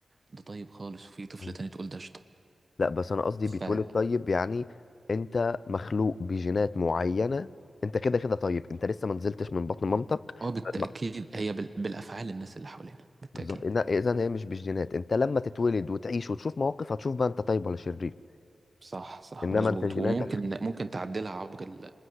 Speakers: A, on the right (about 45°); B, on the left (about 55°).
A: ده طيب خالص وفي طفل
B: م.
A: تاني تقول ده
B: لا بس أنا قصدي
A: شيطان
B: بيتولد طيب يعني أنت مخلوق بجينات معينة أنت كده كده طيب أنت لسه ما نزلتش من بطن مامتك
A: اه بالتأكيد
B: ما-
A: هي بال- بالأفعال الناس اللي حوالينا بالتأكيد
B: بالظبط إذا هي مش بالجينات أنت لما تتولد وتعيش وتشوف مواقف هتشوف بقى أنت طيب ولا شرير
A: صح صح
B: إنما
A: مظبوط
B: أنت جيناتك
A: وممكن ممكن تعدلها عبر ال